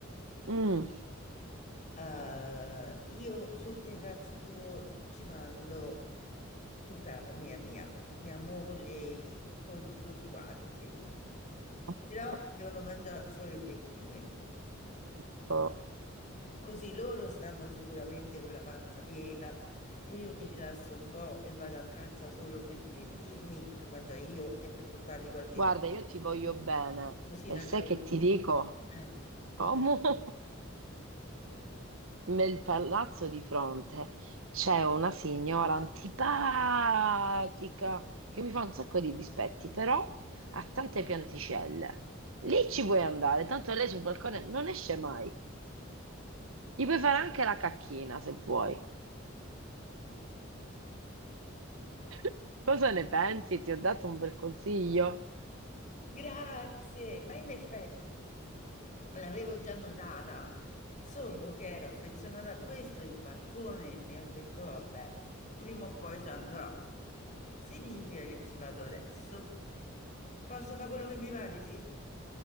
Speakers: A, on the right (about 85°); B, on the left (about 40°).
A: mm.
B: Eh, io sul terrazzo tuo ci mando tutta la famiglia mia, mia moglie, i piccoli, tutti quanti.
A: <laughs>
B: Però devono mangiare solo il bechime.
A: dico,
B: Così loro stanno sicuramente con la panza piena e io mi rilasso un po' e vado a caccia solo per divertirmi e per mangiare io e per portargli qualche
A: guarda, io ti voglio bene
B: cosina
A: e sai
B: carota.
A: che ti dico?
B: Eh,
A: Come <laughs> nel palazzo di fronte c'è una signora antipatica che mi fa un sacco di dispetti, però ha tante pianticelle. Lì ci puoi andare, tanto lei sul balcone non esce mai. Gli puoi fare anche la cacchina se vuoi. <laughs> Cosa ne pensi? Ti ho dato un bel consiglio.
B: Grazie, ma in effetti l'avevo già notata, solo che ero affezionata a questo il balcone e ho detto vabbè, prima o poi ci andrò. Significa che ci vado adesso. Posso fare quello che mi pare, sì.